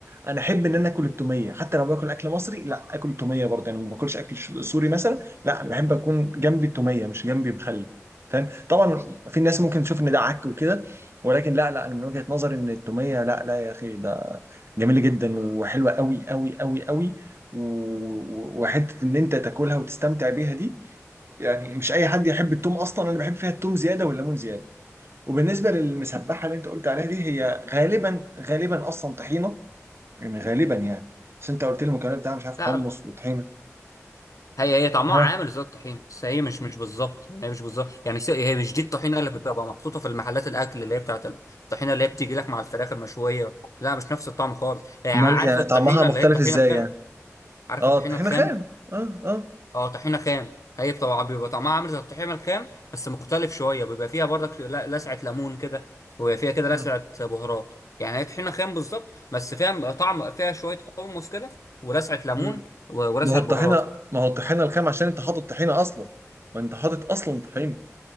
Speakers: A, on the right; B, on the left.
A: انا احب ان انا اكل التوميه حتى لو باكل اكل مصري لا اكل التوميه برضه يعني ما باكلش اكل ش- سوري مثلا لا انا بحب اكون جنبي التوميه مش جنبي مخلل فاهم طبعا في ناس ممكن تشوف ان ده عك وكده ولكن لا لا انا من وجهه نظري ان التوميه لا لا يا اخي ده جميله جدا وحلوه قوي قوي قوي قوي و- وحته ان انت تاكلها وتستمتع بيها دي يعني مش اي حد يحب التوم اصلا انا بحب فيها التوم زياده والليمون زياده وبالنسبه للمسبحه اللي انت قلت عليها دي هي غالبا غالبا اصلا طحينه يعني غالبا يعني بس انت قلت لي المكونات بتاعها مش عارف حمص
B: لا
A: وطحينه
B: هي هي طعمها
A: ها
B: عامل زي الطحين بس هي مش مش بالظبط هي مش بالظبط يعني س- هي مش دي الطحينه اللي بتبقى محطوطه في المحلات الاكل اللي هي بتاعت الطحينه اللي هي بتيجي لك مع الفراخ المشويه لا مش نفس الطعم خالص هي ع-
A: امال
B: عارف
A: يعني
B: الطحينه
A: طعمها مختلف
B: اللي هي الطحينه
A: ازاي
B: الخام
A: يعني
B: عارف
A: اه
B: الطحينة
A: الطحينه
B: الخام
A: خام اه اه
B: اه طحينة خام هي طبعا بيبقى طعمها عامل زي الطحينة الخام بس مختلف شوية بيبقى فيها برضك ل- لسعة ليمون كده وبيبقى فيها كده
A: مم.
B: لسعة بهارات يعني هي طحينة خام بالظبط بس فيها طعم فيها شوية حمص كده ولسعة ليمون
A: مم.
B: و- ولسعة
A: ما هو الطحينه
B: بهارات كده
A: ما هو الطحينه الخام عشان انت حاطط طحينه اصلا ما انت حاطط اصلا طحينه